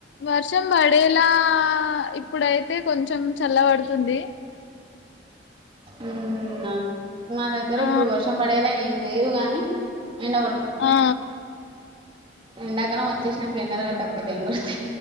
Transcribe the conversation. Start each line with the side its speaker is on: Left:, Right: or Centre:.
Left: వర్షం పడేలా ఇప్పుడైతే కొంచెం చల్ల పడుతుంది
Right: ఉ మా దగ్గర
Left: ఆ
Right: ఇప్పుడు వర్షం పడేలా ఏం లేదు గాని ఎండకడుతుంది
Left: ఆ
Right: ఎండాకాలం వచ్చేసినాక ఎండా కట్టకపోడతేయి ఇం కూడా